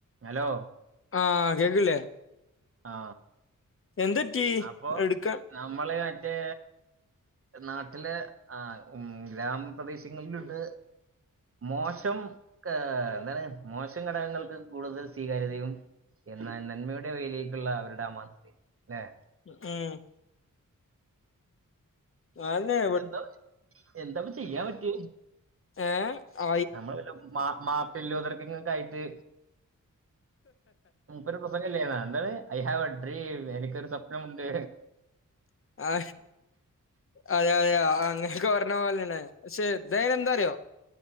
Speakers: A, on the right (about 45°); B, on the left (about 40°).
A: Hello
B: ആഹ് കേക്കണില്ലേ
A: ആ
B: എന്തറ്റി
A: അപ്പൊ
B: എടുക്കാൻ
A: നമ്മള് മറ്റേ നാട്ടിലെ ആ ഉ ഗ്രാമപ്രദേശങ്ങളിലുണ്ട് മോശം ഏ എന്താണ് മോശം ഘടകങ്ങൾക്ക് കൂടുതൽ സ്വീകാര്യതയും എന്നാ നന്മയുടെ വയിലേക്കുള്ള അവരുടെ ആ മ ല്ലെ
B: ഉം അന്നേ
A: എന്താ എന്താപ്പ ചെയ്യാൻ പറ്റിയ?
B: ഏ
A: നമ്മൾ വല്ല മാ മാട്ടല്ലോതർക്ക ആയിട്ട് ഒരു പ്രസംഗം ഇല്ലാരുന്നോ എന്ത ഐ ഹാവ് അ ഡ്രീം എനിക്കൊരു സ്വപ്നംുണ്ട്
B: ആ അ യ യ അങ്ങനെയൊക്കെ പറഞ്ഞ പോലതന്ന പക്ഷേ ഇതായിനേന്ദറിയോ